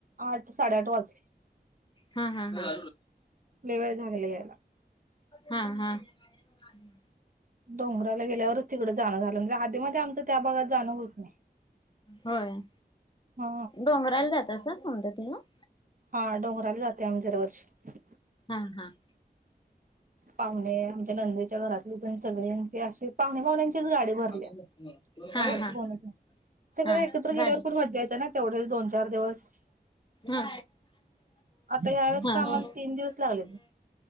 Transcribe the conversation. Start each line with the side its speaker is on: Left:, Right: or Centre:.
Right: आंठ साडेआठ वाजले.
Left: हां हां हं
Right: लय वेळ झालेला यायला.
Left: हां हां. हं.
Right: डोंगरांला गेल्यांवरचं तिकडे जाणं झालं म्हणजे आदींमध्ये आमचं त्यां भागांत जाणं होतं नाहीं.
Left: होयं
Right: हा
Left: डोंगरांला जातां सौंदत्तीला.
Right: हां डोंगरांला जाते आम्हीं दरवर्षी.
Left: हां हां.
Right: पाहुणे आमच्यां लंदेच्या घरांतले पणं सगळ्यांची अशी पाहुणे पाहुण्यांचीच गांडी. रल्यां
Left: हा
Right: बाहेरचं
Left: हा
Right: कोणचं नाहीं सगळं
Left: हा
Right: एकत्रं गेल्यांवरण
Left: गाडी
Right: मजां यायचं नां तेवढे दोन चार दिवसं. हं.
Left: हां
Right: आता यावेळेस तर आम्हाला
Left: हां.
Right: तीन दिवस लागलेले